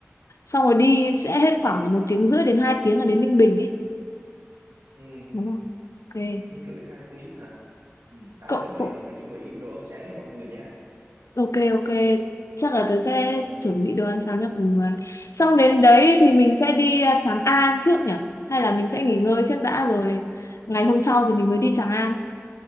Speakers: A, on the left (about 85°); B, on the right (about 80°).
A: xong rồi đi sẽ hết khoảng một tiếng rưỡi đến 2 tiếng là đến Ninh Bình ấy
B: ừ,
A: đúng không ok
B: tiếng rưỡi hai tiếng hả ừ. à
A: cậu
B: nếu vậy
A: cậu
B: thì phải chuẩn bị đồ ăn sáng cho mọi người nha
A: Ok ok chắc là tớ sẽ
B: ừ.
A: chuẩn bị đồ ăn sáng cho mọi người xong đến đấy thì mình sẽ đi à, Tràng An trước nhỉ hay là mình sẽ nghỉ ngơi trước đã rồi ngày hôm sau thì mình mới đi Tràng An